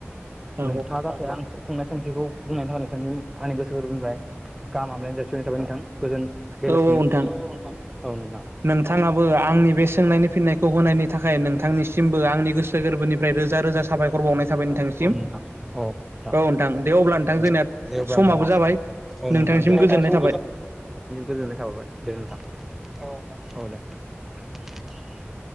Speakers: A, on the right; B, in the centre.
A: औ
B: नोंथाङा जाहाथे आं सोंनाय सोंथिखौ बुंनायनि थाखाय नोंथांनि आंनि गोसो गोरबोनिफ्राय गाहाम हामलायनाय जासिहरनाय थाबाय नोंथां गोजोन बेलासिनि
A: औ औ नोंथां
B: औ नोंथां
A: नोंथाङाबो आंनि बे सोंनायनि फिननायखौ होनायनि थाखाय नोंथांनिसिमबो आंनि गोसो गोरबोनिफ्राय रोजा रोजा साफायखर बावनाय थाबाय
B: बावहरनाय
A: नोंथांनिसिम
B: औ नोंथां
A: औ नोंथां दे अब्ला नोंथां जोंनिया
B: औ दे अब्ला
A: समाबो
B: नोंथां औ
A: जाबाय
B: औ नोंथां दे नोंथांनिसिम
A: गोजोननाय थाबाय
B: गोजोननाय थाबाय दे नोंथां औ दे